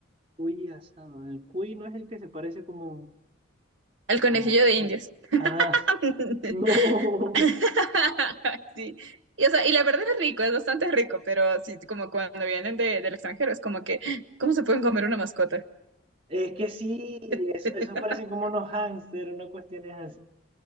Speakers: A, on the right (about 25°); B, on the right (about 65°).
A: Cuy asado. El cuy no es el que se parece como,
B: El conejillo
A: como...
B: de Indias. <laughs>
A: Ah, <laughs> no.
B: <laughs> Sí. Y, o sea, y la verdad es rico, es bastante rico, pero sí, como cuando vienen de, del extranjero, es como que, ¿cómo se pueden comer una mascota?
A: Es que sí,
B: <laughs>
A: eso, esos parecen como unos hámster, una cuestión es así.